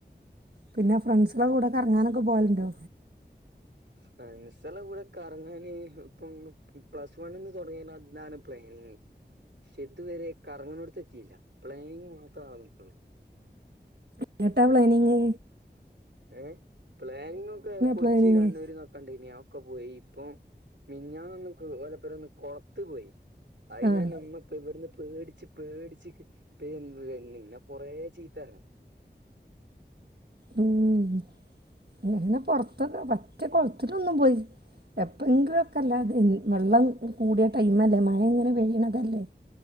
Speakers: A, on the right; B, on the right.
A: പിന്നെ ഫ്രണ്ട്സലെ കൂടെ കറങ്ങാനൊക്കെ പോകലുണ്ടോ
B: ഫ്രണ്ട്സെല്ല കൂടെ കറങ്ങാന് ഇപ്പം ള് പ്ലസ് വണ്ണ്ന്ന് തൊടങ്ങിന്നാനാല് അതാണ് പ്ലാനിങ് ക്ഷെ ഇതുവരെ കറങ്ങിന്നോടത്തെത്തീല പ്ലാനിങ്ങ് മാത്ര നടന്നിട്ടുള്ളു
A: ഏങ്ങട്ടാ പ്ലാനിംങ്
B: ഏഹ് പ്ലാനിങ്ങൊക്കെ കൊച്ചി
A: പ്ലാനിങ്
B: കണ്ണൂര്ന്നൊക്കണ്ട് യിനോ ഒക്കെ പോയി ഇപ്പൊ മിൻഞ്ഞാന്നൊന്ന്ക്ക് ഓലപ്പെരേന്ന് കൊളത്ത് പോയി അയിനെന്ന
A: ആഹ്
B: മ്മ്ക്ക് ഇവിട്ന്ന് പേടി ച്ച് പേടിച്ചിക് പേൻ <unintelligible> ന്നെ കൊറേ ചീത്തേറഞ്ഞ്
A: ഉം അങ്ങനെ പൊറത്തൊക്കെ മറ്റേ കൊളത്തിലൊന്നും പോയി എപ്പഴെങ്കിലുക്കെല്ലാത് എൻ വെള്ളം കൂടിയ ടൈമല്ലേ മഴ ഇങ്ങനെ പെയ്യണതല്ലേ